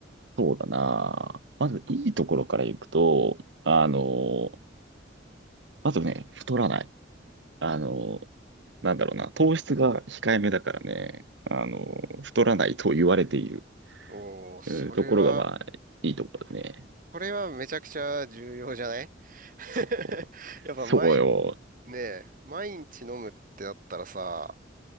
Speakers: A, on the right; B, on the right.
A: そうだな。まずいいところからいくと、あの、まずね、太らない。あの、なんだろうな、糖質が控えめだからね、あの、太らないと言われている、
B: おー、それは、
A: うんところが、まあ、いいところだね。
B: これはめちゃくちゃ重要じゃない <laughs>
A: そう。
B: やっぱ毎、
A: そうよ。
B: ねえ、毎日飲むってなったらさ、